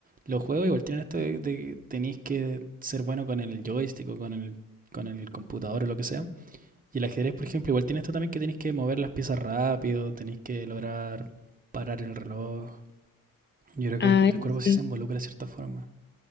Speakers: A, on the right; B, on the left.
A: los juegos igual tienen esto de, de que tenéis que ser bueno con el joystick o con el, con el computador o lo que sea. Y el ajedrez, por ejemplo, igual tiene esto también que tenéis que mover las piezas rápido, tenéis que lograr parar el reloj. Yo creo que
B: Ah,
A: el, el
B: eso
A: cuerpo sí
B: sí,
A: se involucra de cierta forma.